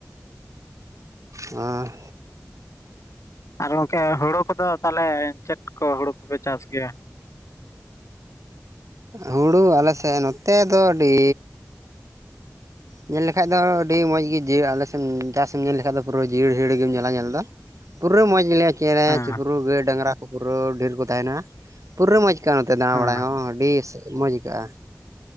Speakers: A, on the right; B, on the left.
A: ᱟᱸᱻ
B: ᱟᱨ ᱜᱚᱝᱠᱮ ᱦᱩᱲᱩ ᱠᱚᱫᱚ ᱛᱟᱦᱚᱞᱮ ᱪᱮᱫ ᱠᱚ ᱦᱩᱲᱩ ᱠᱚᱯᱮ ᱪᱟᱥ ᱜᱮᱭᱟ?
A: ᱦᱩᱲᱩ ᱟᱞᱮ ᱥᱮᱫ ᱱᱚᱛᱮ ᱫᱚ ᱟᱹᱰᱤ ᱧᱮᱞ ᱞᱮᱠᱷᱟᱡ ᱫᱚ ᱟᱹᱰᱤ ᱢᱚᱸᱡᱽ ᱜᱮ ᱡᱤᱭᱟᱹᱲ ᱟᱞᱮᱥᱮᱫ ᱪᱟᱥᱮᱢ ᱧᱮᱞ ᱞᱮᱠᱟᱱ ᱫᱚ ᱯᱩᱨᱟᱹ ᱡᱤᱭᱟᱹᱲ ᱦᱤᱭᱟᱹᱲ ᱜᱮᱢ ᱧᱮᱞᱟ ᱧᱮᱞ ᱫᱚ ᱯᱩᱨᱟᱹ ᱢᱚᱸᱡᱽ ᱜᱮ ᱪᱮᱬᱮ-ᱪᱤᱯᱨᱩ
B: ᱦᱮᱸ
A: ᱜᱟᱹᱭ-ᱰᱟᱝᱨᱟ ᱠᱚ ᱯᱩᱨᱟᱹ ᱰᱷᱮᱨ ᱠᱚ ᱛᱟᱦᱮᱱᱟ᱾ ᱯᱩᱨᱟᱹ ᱢᱚᱡᱽ ᱟᱹᱭᱠᱟᱹᱜᱼᱟ ᱱᱚᱛᱮ ᱫᱟᱬᱟ
B: ᱦᱮᱸ
A: ᱵᱟᱲᱟᱭ ᱦᱚᱸ ᱟᱹᱰᱤ ᱢᱚᱡᱽ ᱟᱹᱭᱠᱟᱹᱜᱼᱟ᱾